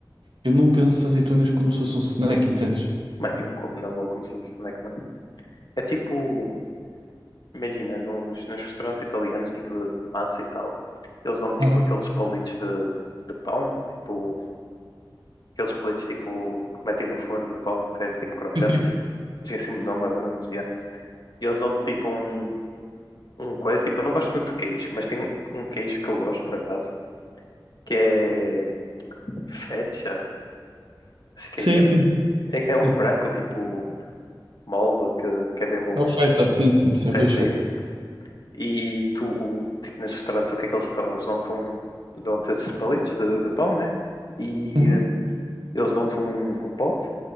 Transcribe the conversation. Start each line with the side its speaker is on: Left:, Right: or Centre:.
Right: eu não penso azeitonas como se fosse um snack, entendes?
Left: Mano, eu como na boa como se fosse snack, mano. É tipo, imagina, nos, nos restaurantes italianos, tipo de massa e tal, eles dão tipo
Right: Aham.
Left: aqueles palitos de, de pão, tipo Aqueles palitos tipo que metem no forno de pão, que é tipo crocante.
Right: Sim, sim.
Left: Esqueci-me do nome agora, mas já. E eles dão-te tipo um, um coisa, tipo, eu não gosto muito de queijo, mas tem um, um queijo que eu gosto por acaso, que é feta, acho que
Right: Sim,
Left: é esse.
Right: sim,
Left: É, é um
Right: sim.
Left: branco tipo molde, que, que é bem bom.
Right: É o feta, sim, sim, sim,
Left: Feta
Right: é o queijo feta.
Left: é isso. E tu, tipo, nesses restaurantes, o que é que eles dão? Eles dão-te um, dão esses palitos de, de pão, né? E
Right: Uhum.
Left: eh, eles dão-te um, um pote